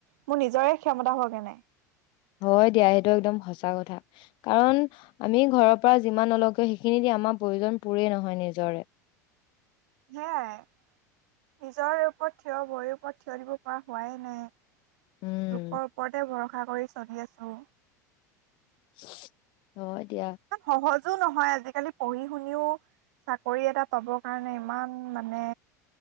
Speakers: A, on the right; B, on the left.
A: মোৰ নিজৰে ক্ষমতা হোৱা <unintelligible>
B: হয় দিয়া সেইটো একদম সঁচা কথা। কাৰণ আমি ঘৰৰ পৰা যিমান নলও কিয় সেইখিনি দি আমাৰ প্ৰয়োজন পোৰেই নহয় নিজৰে।
A: সেয়াই নিজৰ ওপৰত থিয় ভৰিৰ ওপৰত থিয় দিব পৰা হোৱাই নাই।
B: উম
A: লোকৰ ওপৰতে ভৰষা আ কৰি চলি আছো
B: <unintelligible> এতিয়া
A: ইমান সহজো নহয় আজিকালি পঢ়ি শুনিও চাকৰি এটা চবৰ কাৰণে ইমান মানে